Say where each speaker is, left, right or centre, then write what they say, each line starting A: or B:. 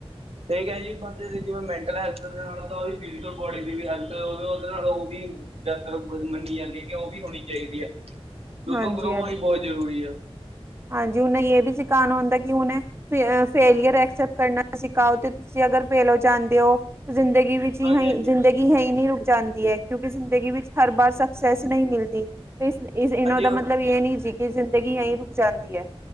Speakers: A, on the right (about 75°); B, on the right (about 25°).
A: ਠੀਕ ਹੈ ਜੀ ਬੰਦੇ ਦੀ। ਜਿਵੇਂ ਮੈਂਟਲ ਹੈਲਥ ਦੇ ਨਾਲ ਤਾਂ ਉਹਦੀ ਫਿਜ਼ਕਲ ਬੋਡੀ ਦੀ ਵੀ ਹੈਲਥ ਉਹਦੇ ਨਾਲ ਉਹ ਵੀ ਯੰਤਰ ਮੰਨੀ ਜਾਂਦੀ ਹੈ ਕਿ ਉਹ ਵੀ ਹੋਣੀ ਚਾਹੀਦੀ ਆ ਦੋਨੋਂ
B: ਹਾਂਜੀ
A: ਗਰੋ
B: ਹਾਂਜੀ।
A: ਹੋਣੀ ਬਹੁਤ ਜ਼ਰੂਰੀ ਆ।
B: ਹਾਂਜੀ ਉਹਨੇ ਇਹ ਵੀ ਸਿਖਾਉਣਾ ਹੁੰਦਾ ਕਿ ਉਨੇ ਫੇਲੀਅਰ ਐਕਸੈਪਟ ਕਰਨਾ ਸਿਖਾਓ ਤੇ ਤੁਸੀਂ ਅਗਰ ਫੇਲ ਹੋ ਜਾਂਦੇ ਹੋ ਜ਼ਿੰਦਗੀ ਵਿੱਚ। ੀ
A: ਹਾਂਜੀ
B: <inaudible>
A: ਹਾਂਜੀ
B: ਜ਼ਿੰਦਗੀ ਹੈ ਈ ਨਹੀਂ ਰੁਕ ਜਾਂਦੀ ਹੈ ਕਿਉਂਕਿ ਜ਼ਿੰਦਗੀ ਵਿੱਚ ਹਰ ਬਾਰ ਸਕਸੈਸ ਨਹੀਂ ਮਿਲਦੀ। ਇਹਨਾਂ ਦਾ
A: ਹਾਂਜੀ
B: ਮਤਲਬ ਯੇ ਨੀ ਸੀ ਕਿ ਜ਼ਿੰਦਗੀ ਯਈ ਰੁਕ ਜਾਂਦੀ ਏ।